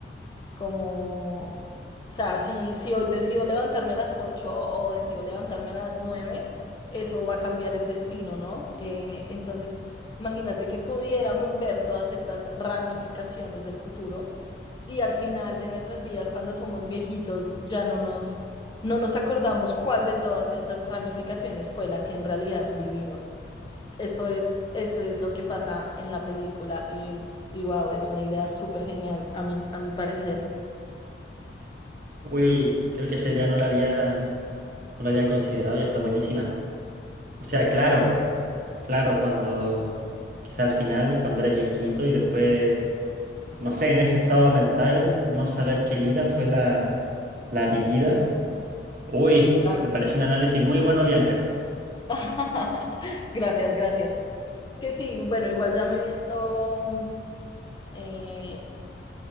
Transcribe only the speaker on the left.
Como, o sea, si, si hoy decido levantarme a las 8 o decido levantarme a las nueve eso va a cambiar el destino, ¿no? Eh, entonces, imagínate que pudiéramos ver todas estas ramificaciones del futuro y al final de nuestras vidas, cuando somos viejitos, ya no nos, no nos acordamos cuál de todas estas ramificaciones fue la que en realidad vivimos. Esto es, esto es lo que pasa en la película y, y wow, es una idea súper genial a mi, a mi parecer.
Exacto.
<laughs> Gracias, gracias. Es que sí, bueno, igual ya me he visto, eh,